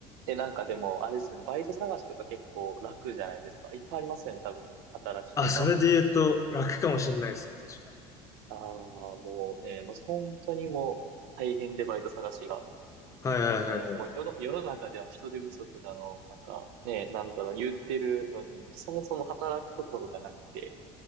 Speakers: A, on the right; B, on the left.
A: え、なんかでも、あれですよね。バイト探しとか結構楽じゃないですか。いっぱいありますよね、多分、働き手が。
B: あ、それで言うと楽かもしれないですね、確かに。
A: ああ、もうね、もう本当にもう大変でバイト探しが。
B: はいはいはいはい。
A: えー、もう世の、世の中では人手不足だの、なんかね、なんだろう、言ってるのに、そもそも働くところがなくて、